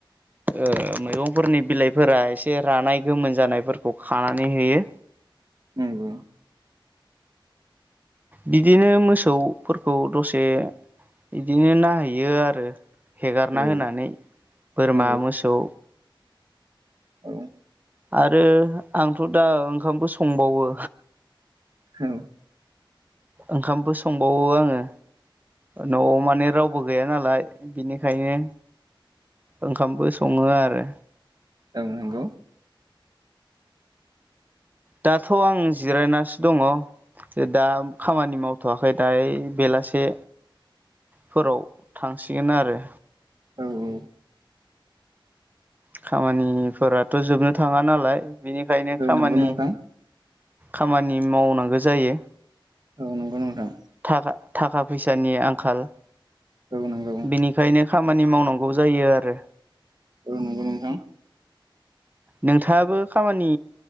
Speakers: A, on the right (about 20°); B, on the right (about 50°).
A: ओ मैगंफोरनि बिलाइफोरा एसे रानाय गोमोन जानायफोरखौ खानानै होयो।
B: उम उम।
A: बिदिनो मोसौफोरखौ दसे बिदिनो नायहैयो आरो। हेगारना
B: औ
A: होनानै
B: औ
A: बोरमा
B: औ
A: मोसौ
B: औ।
A: आरो आंथ' दा ओंखामबो संबावो।
B: औ।
A: ओंखामबो संबावो आङो न'आव माने रावबो गैया नालाय। बिनिखायनो ओंखामबो सङो आरो।
B: ओं नोंगौ।
A: दाथ' आं जिरायनासो दङ। दा खामानि मावथ'वाखै दायो बेलासे फोराव थांसिगोन आरो।
B: औ औ।
A: खामानिफोराथ' जोबनो थाङा नालाय बेनिखायनो
B: औ
A: खामानि
B: नंगौ नोंथां
A: खामानि मावनांगौ जायो।
B: औ नंगौ नोंथां।
A: थाखा थाखा फैसानि आंखाल
B: औ नंगौ।
A: बेनिखायनो खामानि मावनांगौ जायो आरो।
B: औ नंगौ नोंथां।
A: नोंथाङाबो खामानि